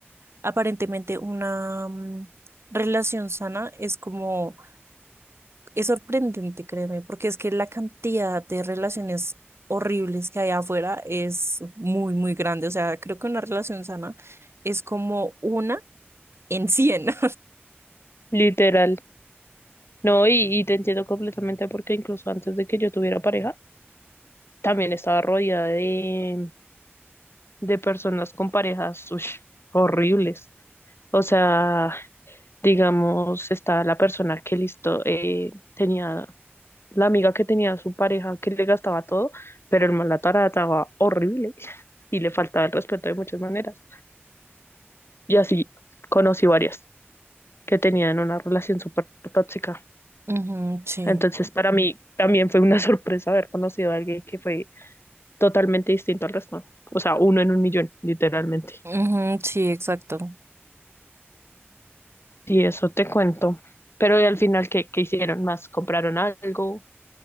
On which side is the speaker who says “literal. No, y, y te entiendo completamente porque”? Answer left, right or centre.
Left